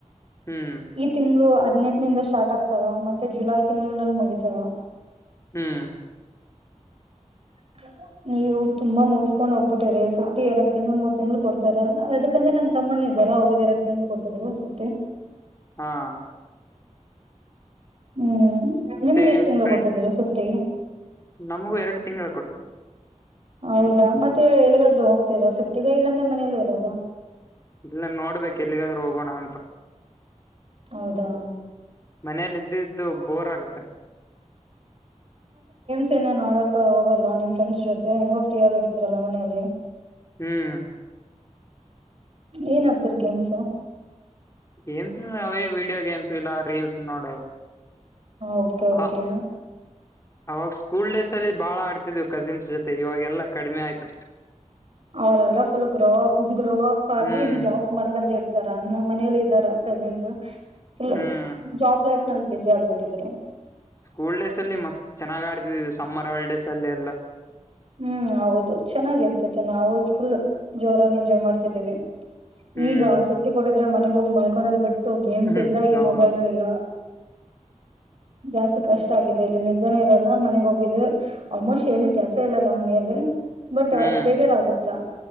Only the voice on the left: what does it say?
ಹ್ಮ್
ಹೂ <unintelligible>
ಹಾ <unintelligible>
ಮತ್ತೆ
ಫ್ರೆಂಡ್
ನಮಗೂ ಎರಡು ತಿಂಗಳು ಕೊಟ್ಟ
ಇಲ್ಲ ನೋಡ್ಬೇಕಕ್ ಎಲ್ಲಿಗಾದ್ರೂ ಹೋಗೋಣ ಅಂತ
ಮನೇೆಯಲ್ಲಿ ಇದ್ದ ಇದ್ದು ಬೋರ್ ಆಗುತ್ತೆ
ಹ್ಮ್
ಗೇಮ್ಸ್ ಹ ವಿಡಿಯೋ ಗೇಮ್ಸ್ ಇ ರೀಲ್ಸ್ ನೋಡ
ಹ ಅವಾಗ ಸ್ಕೂಲ್ ಡೇಸ್ ಅಲ್ಲಿ ಬಾಳ ಆಡ್ತಿದ್ವು ಕಸಿನ್ಸ್ ಜೊತೆ ಇವಾಗೆಲ್ಲಾ ಕಡಿಮೆ ಆಯ್ತು
ಹ್ಮ್
ಹ್ಮ್
ಸ್ಕೂಲ್ ಡೇಸ್ ಅಲ್ಲಿ ಮಸ್ತ್ ಚೆನ್ನಾಗ್ ಆಡ್ತಿದ್ ಸಮ್ಮರ್ ಹಾಲಿಡೇಸ್ ಅಲ್ಲಿ ಎಲ್ಲ
ಹ್ಮ್
ಹ್ಮ್
ಹೌದು
ಹ್ಮ್